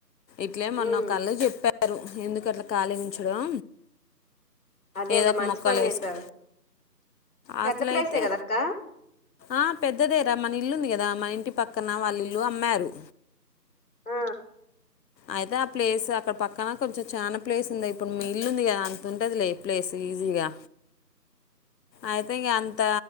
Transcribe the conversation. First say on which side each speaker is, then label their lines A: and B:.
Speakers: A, on the left; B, on the left.
A: ఇట్లే మొన్న
B: ఉమ్
A: ఒక్కళ్ళు చెప్పారు పారు ఎందుకు అట్లా ఖాళీగా ఉంచడం
B: అదే
A: ఏదో
B: అదే
A: ఒక
B: మంచి
A: మొక్కలు
B: పని
A: వేసుకో
B: చేసావు పెద్ద
A: అసలైతే
B: ప్లేసే కదా అక్క
A: ఆ పెద్దదేరా మన ఇల్లు ఉంది కదా మా ఇంటి పక్కన వాళ్ళు లు అమ్మారు
B: ఆ
A: అయితే ఆ ప్లేస్ అక్కడ పక్కన కొంచెం చాలా ప్లేస్ ఉంది ఇప్పుడు మీ ఇల్లు ఉంది కదా అంతంటుందిలే ప్లేస్ ఈజీగా అయితే ఇంక అంత